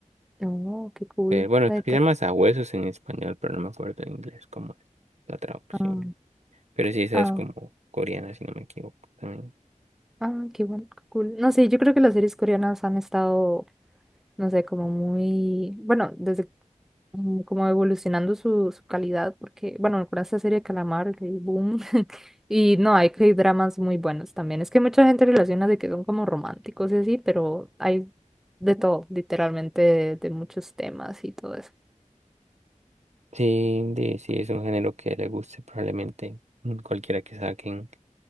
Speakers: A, in the centre; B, on the right.
A: Oh, qué cool.
B: pero bueno,
A: La
B: creo
A: De
B: que
A: qué-
B: se llama Sabuesos en español, pero no me acuerdo en inglés cómo es la traducción,
A: Ah,
B: pero sí, esa
A: ah,
B: es como coreana, si no me equivoco, también.
A: ah, qué bueno, qué cool. No sé, yo creo que las series coreanas han estado no sé, como muy, bueno, desde mm, como evolucionando su, su calidad, porque, bueno, con esta serie de Calamar, que boom, <laughs> y no, hay que hay dramas muy buenos también. Es que mucha gente relaciona de que son como románticos y así, pero hay de todo, literalmente, de, de muchos temas y todo eso.
B: Sí, de- sí, es un género que le guste, probablemente mm, cualquiera que saquen